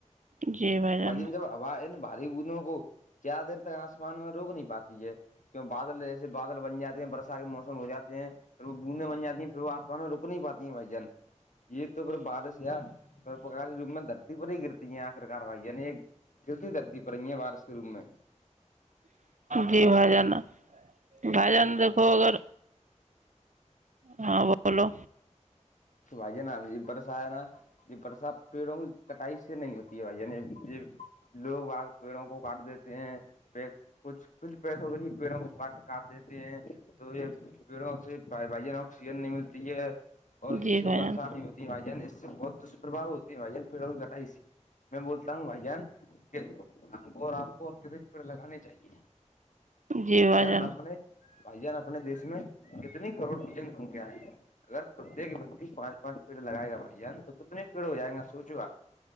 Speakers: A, on the right (about 80°); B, on the left (about 85°).
A: جی بھائی جان
B: وجن جب واہ ان بھاری بندوں کو زیادہ دیر تک آسمان میں روک نہیں پاتی ہے کیوں بادل جیسے بادل بن جاتے ہیں برسات کے موسم ہو جات ہے ہیں پھر وہ بوندیں بن جاتی ہیں پھر وہ آسمان میں رک نہیں پاتی ہیں بھائی جان یہ تو پھر بارش یا پھر پک جوم میں در <inaudible> پر ہی گرتی ہیں آخر کاروائی عنی ایک گرتی دھرتی پر رہ ہیں وارس کے روم میں <inaudible>
A: جی بھایی جان بھایی جان دیکھو اگر ہاں بولو
B: بھائیے نا بر سا ہے نا <inaudible> یہ برسات پیڑوں کی کٹائی سے نہیں ہوتی ہے بھائی جان یہ لوگ آگ پیڑوں کو کاٹ دیتے ہیں پ کچھ کچھ پیسوں کے لیے پیڑوں کو کاٹ کاٹ دیتے ہیں تو یہ پیڑوں سے بھائی بھائی جان آکسیجن نہیں ملتی ہے اور
A: جی
B: اس سے
A: بھائی
B: برسات
A: جان
B: نہیں ہوتی ہے بھائی جان اس سے بہت دشپربا ہوتی ہے بھائی جان پیڑوں کی کٹائی سے میں بولتا ہوں بھائی جان کہ ہم کو اور آپ کو اتدک پیڑ لگانے چاہیے
A: جی بھائی
B: اشانپنے
A: جان
B: <inaudible> بھائی جان اپنے دیش میں کتنی کروڑ کی جن سنکھیا ہے اگر پرتیک ویکتی پانچ پانچ پیڑ لگائے گا بھائی جان تو کتنے پیڑ ہو جائےیں گا سوچو آپ